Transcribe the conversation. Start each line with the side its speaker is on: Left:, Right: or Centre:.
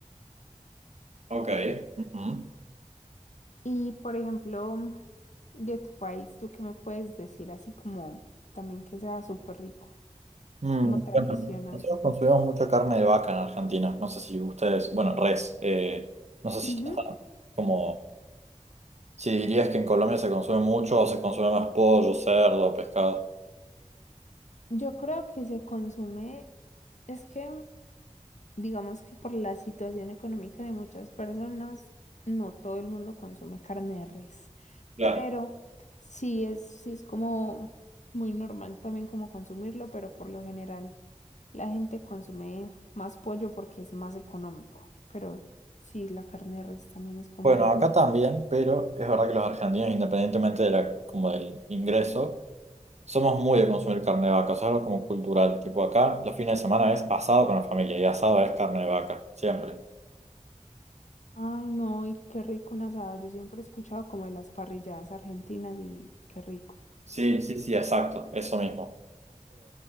Right: Ok. Ujú.
Left: Y por ejemplo, mm, de tu país, ¿tú qué me puedes decir así como también que sea súper rico?
Right: Mm,
Left: como tradicional.
Right: bueno, nosotros consumimos mucha carne de vaca en Argentina. No sé si ustedes, bueno, res. eh, no sé si
Left: Ujú.
Right: está como, si dirías que en Colombia se consume mucho o se consume más pollo, cerdo, pescado.
Left: Yo creo que se consume, es que digamos que por la situación económica de muchas personas, no todo el mundo consume carne de res,
Right: Claro.
Left: pero sí es, sí es como muy normal también como consumirlo, pero por lo general la gente consume más pollo porque es más económico, pero sí la carne de res también es como...
Right: Bueno, acá también, pero es verdad que los argentinos, independientemente de la, como del ingreso, somos muy de consumir carne de vaca. O sea, es algo como cultural. Tipo acá, los fines de semana es asado con la familia y asado es carne de vaca, siempre.
Left: Ay, no, y qué rico un asado. Yo siempre he escuchado como de las parrilladas argentinas y qué rico.
Right: Sí, sí, sí, exacto, eso mismo.